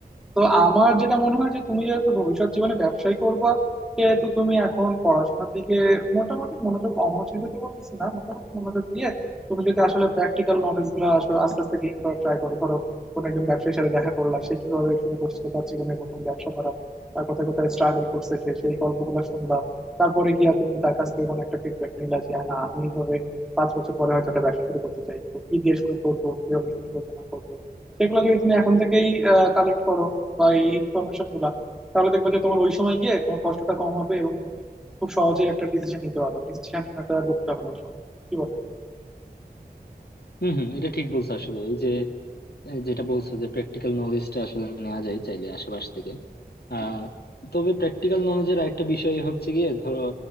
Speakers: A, in the centre; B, on the left.
A: তো আমার যেটা মনে হয় যে তুমি যেহেতু ভবিষ্যৎ জীবনে ব্যবসায় করবা সেহেতু তুমি এখন পড়াশোনার দিকে মোটামুটি মনোযোগ অমনোযোগ দিতে বলতেছি না মোটামুটি মনোযোগ দিয়ে তুমি যদি আসলে প্র্যাকটিক্যাল নলেজ গুলো আসলে আস্তে আস্তে গেইন করার ট্রাই করো ধরো কোনো একজন ব্যবসায়ীর সাথে দেখা করলা সে কিভাবে শুরু করছিল তার জীবনে প্রথম ব্যবসা করা তার কোথায় কোথায় স্ট্রাগল করছে সে সেই গল্পগুলো শুনলা তারপরে গিয়া তুমি তার কাছ থেকে কোনো একটা ফিডব্যাক নিলা যে না আমি এইভাবে পাঁচ বছর পরে হয়তো একটা ব্যবসা শুরু করতে চাই তো কি দিয়ে শুরু করবো কিভাবে শুরু করবো না করবো সেগুলো যদি তুমি এখন থেকেই কালেক্ট করো বা এই ইনফরমেশন গুলা তাহলে দেখবে যে তোমার ওই সময় গিয়ে তোমার কষ্টটা কম হবে এবং তুমি খুব সহজে একটা ডিসিশন নিতে পারবে ডিসিশনহীনতা আর ভুগতে হবে না ওই সময় কি বল
B: হম হম এটা ঠিক বলছো আসলে এই যে যেটা বলছো যে প্র্যাকটিক্যাল নলেজটা আসলে নেওয়া যায় চাইলে আশেপাশ থেকে আহ তবে প্র্যাকটিক্যাল নলেজের আরেকটা বিষয় হচ্ছে গিয়ে ধরো